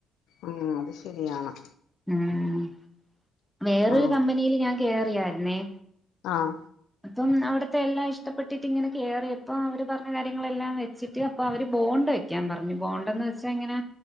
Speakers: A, on the left; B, in the centre.
A: ഉം, അത് ശരിയാണ്.
B: ഉം, വേറൊരു
A: ആ
B: കമ്പനിയിൽ ഞാൻ കേറിയായിരന്നേ..
A: ആഹ?
B: അപ്പം അവിടുത്തെ എല്ലാം ഇഷ്ടപ്പെട്ടിട്ട് ഇങ്ങനെ കേറിയപ്പോ അവര് പറഞ്കാര്യങ്ങളെല്ലാം വെച്ചിട്ട് അപ്പം അവര് ബോണ്ട് വക്കാൻ പറഞ്ഞു ബോണ്ടന്ന് വെച്ചങ്ങനെ